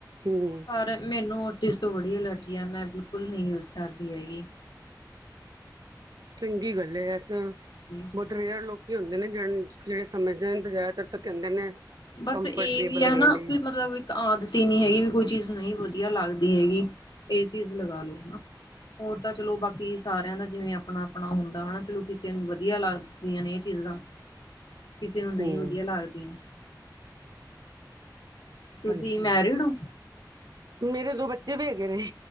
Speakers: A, on the right; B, on the left.
A: ਹਮਮ
B: ਪਰ ਮੈਂਨੂੰ ਉਸ ਚੀਜ਼ ਤੋਂ ਬੜੀ ਅਲਰਜੀ ਐ। ਮੈਂ ਬਿਲਕੁੱਲ ਨੀ ਯੂਜ ਕਰਦੀ ਹੈਗੀ।
A: ਚੰਗੀ ਗੱਲ਼ ਐ ਤਾਂ।
B: <inaudible>
A: ਓਤਰਾ ਜਿਹੜੇ ਲੋਕੀ ਹੁੰਦੇ ਨੇ ਜਿਹੜੇ ਜਿਹੜੇ ਸਮਝਦੇ ਨੇ। ਜ਼ਿਆਦਾਤਰ ਕਹਿੰਦੇ ਨੇ
B: ਬਸ
A: ਕੰਫਰਟੇਬਲ
B: ਇਹ ਵੀ ਐ
A: ਹੈਗੇ
B: ਨਾ
A: ਨੇ
B: ਵੀ ਮੱਤਲਬ ਕਿ ਆਦਤ ਹੀ ਨੀ ਹੈਗੀ ਵੀ ਕੋਈ ਚੀਜ਼ ਨਹੀਂ ਵਧੀਆਂ ਲੱਗਦੀ ਹੈਗੀ। ਇਹ ਚੀਜ਼ ਲਗਾ ਲੋ ਹਨਾ ਹੋਰ ਤਾਂ ਚਲੋ ਬਾਕੀ ਸਾਰਿਆਂ ਦਾ ਜਿਵੇਂ ਆਪਣਾ ਆਪਣਾ ਹੁੰਦਾਂ ਹਨਾ। ਚਲੋ ਕਿਸੇ ਨੂੰ ਵਧੀਆਂ ਲੱਗਦਾ। ਦੀਆਂ ਨੇ ਇਹ ਚੀਜ਼ਾਂ ਕਿਸੇ ਨੂੰ ਨਹੀਂ
A: ਹਮ
B: ਵਧੀਆਂ ਲੱਗਦੀਆਂ। ਤੁਸੀਂ
A: ਹਾਂਜੀ।
B: ਮੈਰਿਡ ਹੋ?
A: ਮੇਰੇ ਦੋ ਬੱਚੇ ਵੀ ਹੈਗੇ ਨੇ।